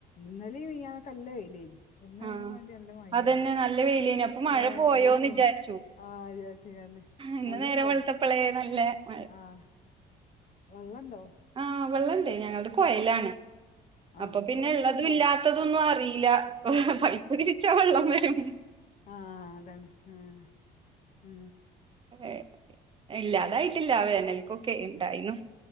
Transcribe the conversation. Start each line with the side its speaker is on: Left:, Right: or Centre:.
Left: ഇന്നലിം മിനിഞ്ഞാന്നൊക്കെ നല്ല വെയിലേനി ഇന്ന്‌ അയിനും
Right: ആഹ്
Left: മാണ്ടി നല്ല മയാണ്
Right: അതന്നെ നല്ല വെയിലേനി അപ്പൊ മഴ
Left: ആഹ്
Right: പോയോന്ന്
Left: നല്ലേന്
Right: വിചാരിച്ചു
Left: <unintelligible>
Right: ഇന്ന്
Left: വെള്ളം
Right: നേരം
Left: ഉണ്ടോ
Right: വെളുത്തപ്പളേ നല്ല മഴ
Left: ആഹ് വള്ളം ഇണ്ടോ
Right: ആ വെള്ളം ഇണ്ടേ ഞങ്ങളുടെ കൊയലാണ്
Left: ആഹ്
Right: അപ്പൊ പിന്നെ
Left: അയ്ല്
Right: ബള്ളതും
Left: വെള്ളണ്ടോ
Right: ഇല്ലാത്തതൊന്നും അറിയില്ല
Left: ആഹ്
Right: പൈപ്പ് തിരിച്ചാ വെള്ളം വരും
Left: ആഹ് അതാണ് ആഹ് ഹേ
Right: ഹേ ഇല്ലാ അതായിട്ടില്ല വേനൽക്കൊക്കെ ഇണ്ടായീന്നു